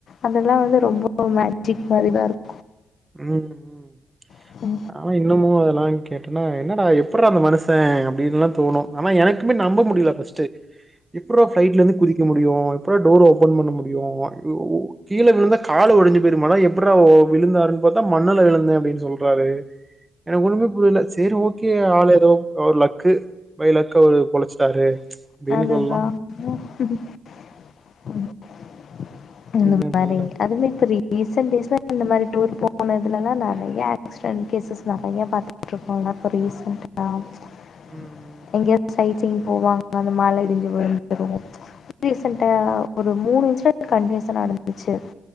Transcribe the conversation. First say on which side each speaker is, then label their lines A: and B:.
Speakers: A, on the left (about 55°); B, on the right (about 15°).
A: அதெல்லா வந்து ரொம்ப <inaudible> <unintelligible>
B: ம் ம்
A: இருக்கும்
B: ஆனா இன்னமு அதெல்லா கேட்டென்னா என்னடா எப்பிர்றா இந்த மனுஷ அப்டீன்லா தோணு ஆனா எனக்குமே நம்ப முடில ஃபஸ்ட்டு எப்புர்றா ஃப்ளைட்லந்து குதிக்க முடியு எப்புறா‌ டோர் ஓபன் பண்ண முடியு ஐயோ கீழ விழுந்தா காலு ஒடஞ்சு போயிரும அதா எப்பிர்றா ஓ விழுந்தாரு கேட்டா மண்ணுல விழுந்த அப்டின் சொல்றாரு எனக்கு ஒன்னுமே புரில சேரி ஓகே ஆள் எதோ அவர் லக்கு பை லக்கு அவரு பொழச்சுட்டாரு
A: <unintelligible>
B: அப்டின்னு சொல்லலா
A: அந்த
B: என்ன
A: மாரி
B: பண்ற
A: அதுமே <unintelligible> ரீசெண்ட் டேஸ்ல இந்த மாரி டூர் போனதுலலா நெறைய ஆக்ஸிடென்ட் கேசஸ் நறையா பாத்துட்ருப்பாங்க இப்ப ரீசண்டா <unintelligible>
B: ம்
A: போவாங் க அந்த மால்ல இடுஞ்சு விழுந்தது ரீசன்ட்டா ஒரு மூணு இன்ஸிடென் ட் கண்டினியுசா நடந்துச்சு